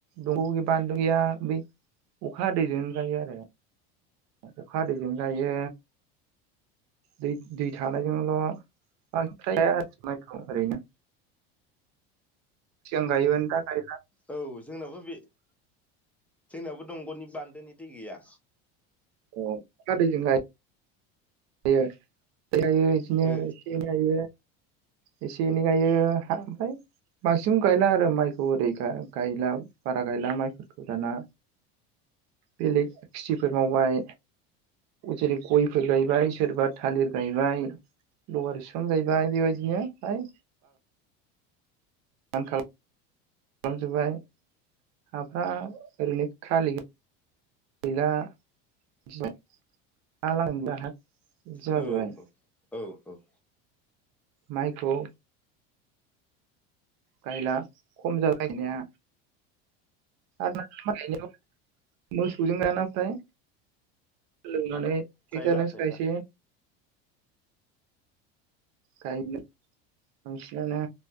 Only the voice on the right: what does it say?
दंग' गैया बानलु गैया बे अखा हदैजों जायो आरो अखा हदैजों गायो दै दै थानायजोंल' बांसिनथ गाया आरोखि माइखौ ओरैनो सिगां गायोमोन दा गायला
अ नाथाय जोंना गायो। दायो बिदिनो
एसे गायो एसे एनै गायो ओमफ्राय बांसिन गायला आरो माइखौ ओरै गायला बारा गायला माइफोरखौ दाना बेलेग खिथिफोर मावबाय जेरै गयफोर गायबाय सोरबा थालिर गायबाय लवार ससन गायबाय बेबायदिनो बाय <unintelligible> हाफ्रा ओरैनो खालि गैला <unintelligible> जाजोब्बाय
माइखौ गायला खम जाबाय गायनाया आरो दा माइ गायनायाव मोसौजों गायाना आफाय हालौनानै पेक्टर
जोंसो
गासै। गायनो बांसिनानो